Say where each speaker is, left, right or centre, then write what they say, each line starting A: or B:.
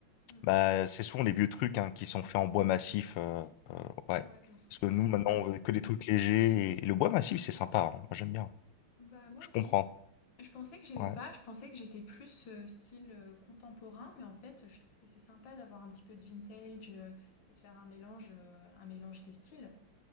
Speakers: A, on the left; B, on the left.
A: Mm.
B: bah c'est souvent les vieux trucs hein, qui sont faits en bois massif, euh, euh, ouais.
A: Ouais, parce
B: Parce
A: que
B: que nous
A: euh, c'est
B: maintenant
A: vrai
B: on veut que des trucs légers et le bois massif c'est sympa, hein. Moi j'aime bien.
A: Bah moi
B: Je
A: aussi.
B: comprends.
A: Je pensais que j'aimais
B: Ouais,
A: pas, je pensais que j'étais plus euh, style euh, contemporain, mais en fait, je trouve que c'est sympa d'avoir un petit peu de vintage euh, et de faire un mélange, euh, un mélange des styles.